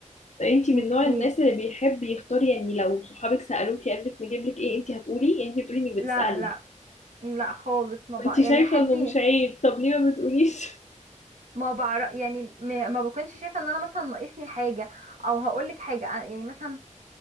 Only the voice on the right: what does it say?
انتي
لا
لا لا خالص ما بقى
يعني حبي
ما بعرف يعني ما ما بكونش شايفه ان انا مثلا ناقصني حاجه او هقولك حاجه يعني مثلا